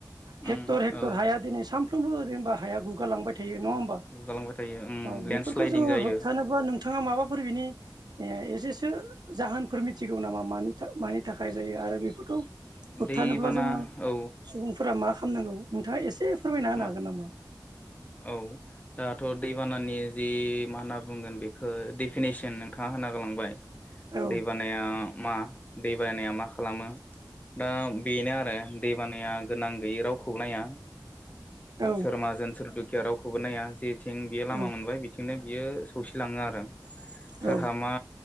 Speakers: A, on the left; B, on the right.
A: उम
B: हेक्टर हेक्टर
A: औ
B: हाया दिनै साम फ्रोमबो जेनेबा हाया गुगालांबाय थायो नङा ओमबा
A: गुगालांबाय थायो उम
B: औ
A: लेन्डस्लाइदिं
B: बेफोरखौ जोङो
A: जायो
B: होबथानोबा नों बिथाङा माबाफोर बिनि एसेसो जाहोनफोर मिथिगौ नामा म मानि थाखाय जायो। आरो बेफोरखौ होबथानोब्ला
A: दैबाना
B: जोङो
A: औ
B: सुबुंफोरा मा खालामनांगौ नोंथाङा एसे फोरमायना
A: मा
B: होनो हागोन नामा?
A: औ दाथ' दैबानानि जि मा होनना बुंगोन बेखौ डेफिनेसन नोंथाङा होना गालांबाय।
B: औ
A: दै बानाया मा दै बानाया मा खालामो। दा बेनो आरो दैबानाया गोनां गैयै रावखौ नाया।
B: औ
A: सोरमाजोन सोरदुखिया रावखौबो नाया जेथिं बेयो लामा
B: औ
A: मोनबाय बिथिंनो बियो सौसिलाङो आरो सोरहा
B: औ
A: मा